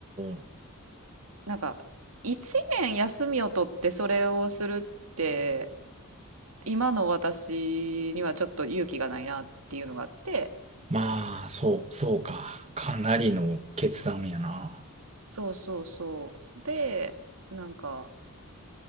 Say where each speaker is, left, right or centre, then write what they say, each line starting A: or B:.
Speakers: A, on the right (about 30°); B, on the right (about 75°).
A: う、
B: なんか1年休みを取ってそれをするって、今の私にはちょっと勇気がないなっていうのがあって
A: まあ、そう、そうか。かなりの決断やな。
B: そうそうそうでなんか